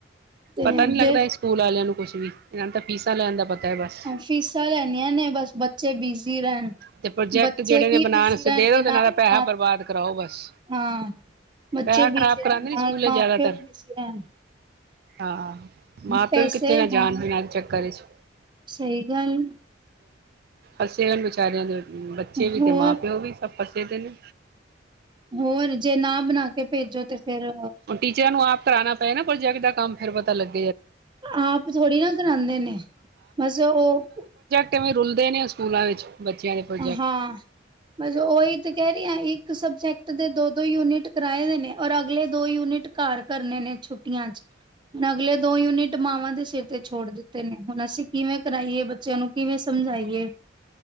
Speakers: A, on the right (about 25°); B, on the right (about 50°).
A: ਤੇ
B: ਪਤਾ ਨੀ ਲੱਗਦਾ
A: ਦੇ
B: ਇਹ ਸਕੂਲ ਵਾਲਿਆਂ ਨੂੰ ਕੁੱਛ ਵੀ ਇਹਨਾਂ ਤਾਂ ਫੀਸਾ ਲੈਣ ਦਾ ਪਤਾ ਹੈ ਬਸ
A: ਫੀਸਾਂ ਲੈਣੀਆਂ ਨੇ ਬਸ ਬੱਚੇ ਬਿਜ਼ੀ ਰਹਿਣ
B: ਤੇ ਪ੍ਰੋਜੈਕਟ
A: ਬੱਚੇ
B: ਜਿਹੜੇ
A: ਕੀ
B: ਨੇ ਬਣਾਉਣ
A: ਬਿਜ਼ੀ ਰਹਿਣਗੇ
B: ਦੇ ਦੋ ਤੇ ਨਾਲ ਦਾ ਪੈਹਾ
A: ਮਾਂ
B: ਬਰਬਾਦ ਕਰਾਓ ਬਸ
A: ਹਾਂ ਬੱਚੇ
B: ਪੈਹਾ
A: ਬਿਜ਼ੀ
B: ਖਰਾਬ
A: ਰਹਿਣ
B: ਕਰਾਉਂਦੇ ਨੀ
A: ਨਾਲ
B: ਸਕੂਲੇ
A: ਮਾਂ
B: ਜ਼ਿਆਦਾਤਰ
A: ਪਿਓ ਬਿਜ਼ੀ ਰਹਿਣ
B: ਹਾਂ ਮਾਂ
A: ਪੈਸੇ
B: ਪਿਓ ਵੀ ਕਿੱਥੇ ਨਾ ਜਾਣ
A: ਹਾਂ
B: ਹੋਣ ਦੇ ਚੱਕਰ ਵਿੱਚ
A: ਸਹੀ ਗੱਲ
B: ਅਸੇ ਉਹ ਸਾਰਿਆ ਨੇ ਬੱਚੇ ਵੀ
A: ਹੋਰ
B: ਅਤੇ ਮਾਂ ਪਿਓ ਵੀ ਸਭ ਪਸੇ ਤਨ
A: ਹੋਰ ਜੇ ਨਾ ਬਣਾ ਕੇ ਭੇਜੋ ਤੇ ਫੇਰ
B: ਹੁਣ ਟੀਚਰਾਂ ਨੂੰ ਆਪ ਕਰਾਉਣਾ ਪਏ ਨਾ ਪ੍ਰੋਜੈਕਟ ਦਾ ਕੰਮ ਫਿਰ ਪਤਾ ਲੱਗਾ
A: ਆਪ ਥੋੜੀ ਨਾ ਕਰਾਂਦੇ ਨੇ ਬਸ ਉਹ
B: ਕਿਵੇਂ ਰੁਲਦੇ ਨੇ ਉਹ ਸਕੂਲਾਂ ਵਿੱਚ ਬੱਚਿਆਂ ਦੇ ਪ੍ਰੋਜੈਕਟ
A: ਹਾਂ ਬਸ ਉਹੀ ਤੇ ਕਹਿ ਰਹੀ ਹੈ ਇਹੇ। ਇੱਕ ਸਬਜੈਕਟ ਦੇ ਦੋ‌। ਦੋ ਯੂਨਿਟ ਕਰਾਏ ਦੇ ਨੇ ਔਰ ਅਗਲੇ ਦੋ ਯੂਨਿਟ ਘਰ ਕਰਨੇ ਨੇ ਛੁੱਟੀਆਂ ਚ ਅਗਲੇ ਦੋ ਯੂਨਿਟ ਮਾਵਾਂ ਦੇ ਸਿਰ ਤੇ ਛੋੜ ਦਿੱਤੇ ਨੇ ਹੁਣ ਅਸੀਂ ਕਿਵੇਂ ਕਰਾਈਏ ਬੱਚਿਆਂ ਨੂੰ ਕਿਵੇਂ ਸਮਝਾਈਏ।